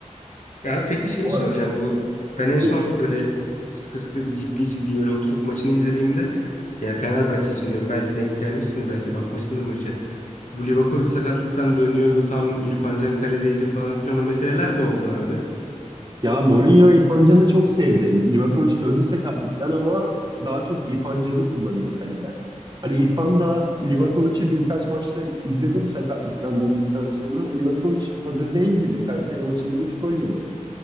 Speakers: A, on the left; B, on the right.
A: Ya peki şeyi
B: Bu
A: soracağım
B: arada.
A: bu ben en
B: Buyur.
A: son böyle sıkı sıkı ciddi ciddi böyle oturup maçını izlediğimde yani Fenerbahçe için diyorum belki denk gelmişsindir belki bakmışsındır maça. Bu Livakovic sakatlıktan dönüyordu tam İrfan Can kaledeydi falan filan o meseleler ne oldu abi?
B: Ya Mourinho İrfan Can'ı çok sevdi. Livakovic döndü sakatlıktan ama daha çok İrfan Can'ı kullanıyor kaleden. Hani İrfan da Livakovic'i birkaç maçta izledim sakatlıktan döndükten sonra. Livakovic hazır değil gibi. Kayseri maçında 3 gol yedi.